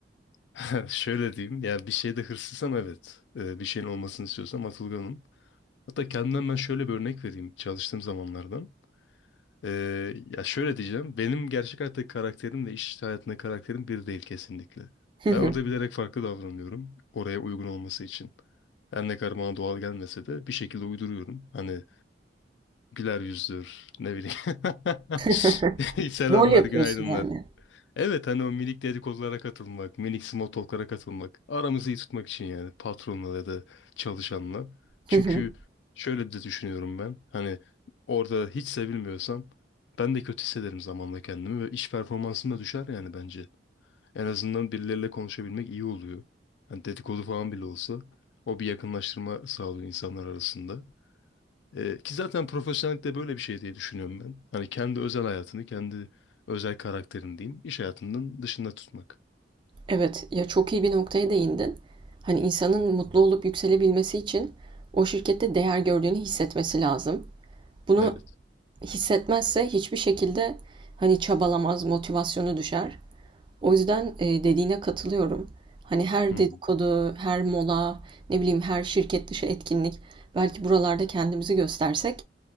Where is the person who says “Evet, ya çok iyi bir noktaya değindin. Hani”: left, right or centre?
Right